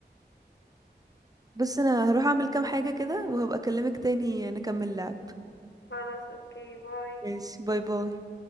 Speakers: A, on the right; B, on the left.
A: بص انا
B: يلا.
A: هروح اعمل كام حاجة كده وهبقى اكلمك تاني نكمل لعب
B: خلاص اوكي باي
A: ماشي باي باي